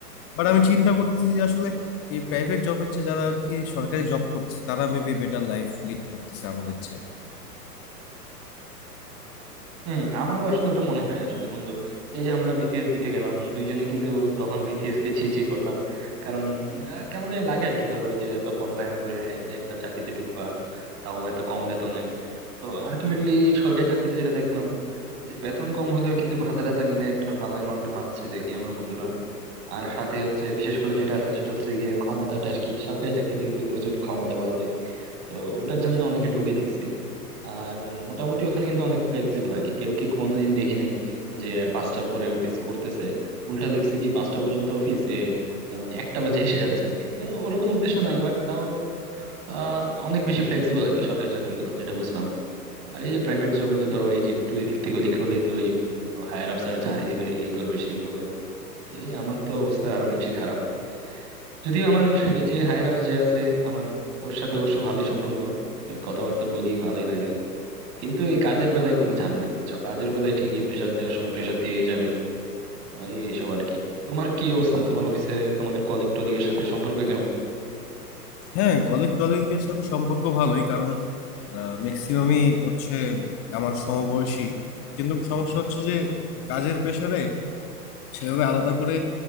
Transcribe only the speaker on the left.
বাট আমি চিন্তা করতেছি যে আসলে এই প্রাইভেট জবের চেয়ে যারা আর কি সরকারি জব করতেছে তারা মেবি বেটার লাইফ লিড করতেছে আমাদের চেয়ে
হ্যাঁ কলিগ টলিগের সাথে সম্পর্ক ভালোই কারণ ম্যাক্সিমামই হচ্ছে আমার সমবয়সী কিন্তু সমস্যা হচ্ছে যে কাজের প্রেসারে সেভাবে আলাদা করে